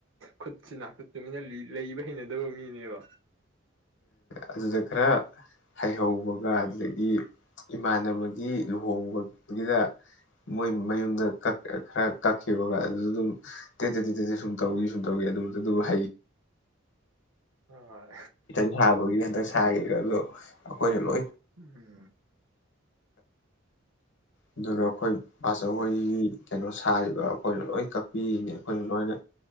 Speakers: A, on the right; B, on the left.
A: ꯈꯨꯠꯁꯤ ꯇꯨꯟꯅ ꯂꯩꯕ ꯍꯩꯅꯗꯕ ꯃꯤꯅꯦꯕ
B: ꯑꯗꯨꯗ ꯈꯔ ꯍꯩꯍꯧꯕꯒ ꯑꯗꯨꯗꯒꯤ ꯏꯃꯥꯟꯅꯕꯒꯤ ꯂꯨꯍꯣꯡꯕꯒꯤꯗ ꯃꯣꯏ ꯃꯌꯨꯝꯗ ꯈꯔ ꯀꯛꯈꯤꯕꯒ ꯑꯗꯨꯗ ꯑꯗꯨꯝ <unintelligible> ꯇꯧꯋ ꯁꯨꯝ ꯇꯧꯏ ꯑꯗꯨꯗꯨꯗꯨꯕꯨ ꯍꯩ
A: ꯍ ꯍꯣꯏ
B: ꯏꯊꯟ ꯁꯥꯕꯒꯤ ꯍꯟꯗꯛ ꯁꯥꯈꯤꯔ ꯑꯗꯣ ꯑꯩꯈꯣꯏꯅꯂꯣ
A: ꯎꯝ
B: ꯑꯗꯨꯒ ꯑꯩꯈꯣꯏ ꯄꯕꯥꯆꯧꯣꯏꯒꯤ ꯀꯩꯅꯣ ꯁꯥꯔꯤꯕ ꯑꯩꯈꯣꯏꯅ ꯂꯣꯏ ꯀꯛꯄꯤꯔꯤꯅꯦ ꯑꯩꯈꯣꯏꯁꯨ ꯂꯣꯏꯅ